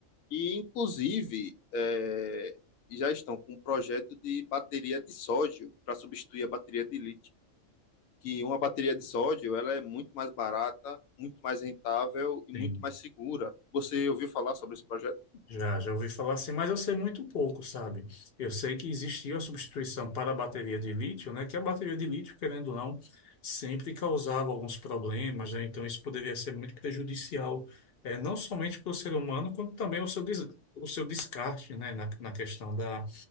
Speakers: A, on the left; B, on the left.
A: E, inclusive, é, já estão com um projeto de bateria de sódio para substituir a bateria de lítio. Que uma bateria de sódio ela é muito mais barata, muito mais rentável e muito
B: Sim,
A: mais segura. Você ouviu falar sobre esse projeto?
B: já, já ouvi falar assim, mas eu sei muito pouco, sabe? Eu sei que existiu a substituição para a bateria de lítio, né? Que a bateria de lítio, querendo ou não, sempre causava alguns problemas, né? Então isso poderia ser muito prejudicial, eh, não somente para o ser humano, quanto também o seu, des- o seu descarte, né? Na, na questão da,